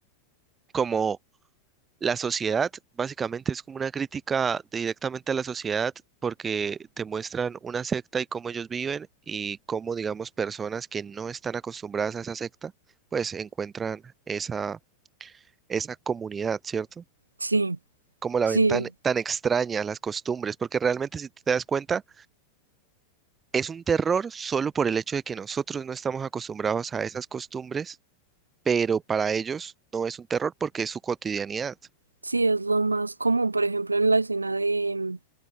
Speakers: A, on the right (about 20°); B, on the right (about 80°).
A: como La sociedad básicamente es como una crítica directamente a la sociedad porque te muestran una secta y cómo ellos viven y cómo, digamos, personas que no están acostumbradas a esa secta, pues encuentran esa, esa comunidad, ¿cierto?
B: Sí,
A: Cómo la
B: sí,
A: ven tan, tan extraña, las costumbres, porque realmente si te das cuenta, es un terror solo por el hecho de que nosotros no estamos acostumbrados a esas costumbres, pero para ellos no es un terror porque es su cotidianidad.
B: sí, es lo más común. Por ejemplo, en la escena de, mm,